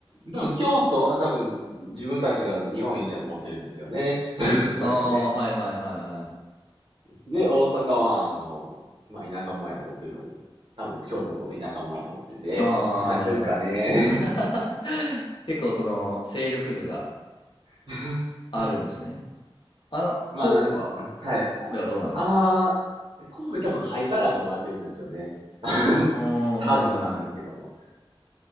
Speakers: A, on the right; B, on the left.
A: でも京都は多分自分たちが日本一だと思ってるんですよね。<laughs> これがね。
B: ああ、はいはいはいはい。
A: で、大阪は、あの、まあ、田舎もんやと思ってると思う。多分京都のこと田舎もんやと思ってて、
B: ああ、
A: って感じですかね。
B: なるほど。<laughs> 結構その勢力図が
A: <laughs>
B: あるんですね。あの、
A: まあ、
B: 神戸は、
A: なんか、うん、はい。
B: 神戸はどうなんですか
A: ああ、神戸多分ハイカラーと思われてるんですよね。<laughs>
B: ああー、
A: 多分なんですけども。
B: はいはいはい。